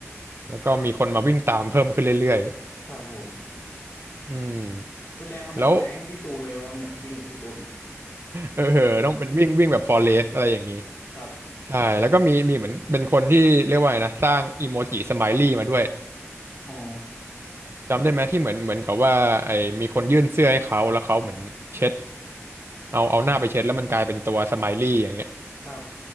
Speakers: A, on the right; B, on the left.
A: แล้วก็มีคนมาวิ่งตามเพิ่มขึ้นเรื่อย
B: ครับผม
A: ๆอืม
B: เป็นแรงบันดาลใจให้พี่ตูนเลยป่ะครับเนี่ยวิ่งแบบพี่ตูน
A: แล้ว เออเออต้องเป็นวิ่งวิ่งแบบฟอเรสอะไรอย่างนี้
B: <laughs> ครับ
A: ใช่ แล้วก็มีมีเหมือนเป็นคนที่เรียกว่าไงนะสร้างอีโมจิสไมลี่มาด้วย
B: อ๋อ
A: จำได้ไหมที่เหมือนเหมือนกับว่าไอ้มีคนยื่นเสื้อให้เขาแล้วเขาเหมือนเช็ดเอาเอาหน้าไปเช็ดแล้วมันกลายเป็นตัวสไมลี่อย่างเงี้ย
B: ครับ